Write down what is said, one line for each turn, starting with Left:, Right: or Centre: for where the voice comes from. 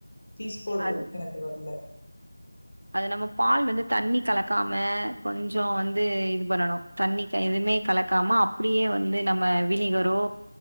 Left: பீஸ் போடுறதுக்கு
Right: அது
Left: எனக்கு வரல
Right: அது நம்ம பால் வந்து தண்ணி கலக்காம கொஞ்சோ வந்து இது பண்ணணு தண்ணி க எதுமே கலக்காம அப்டியே வந்து நம்ம வினிகரோ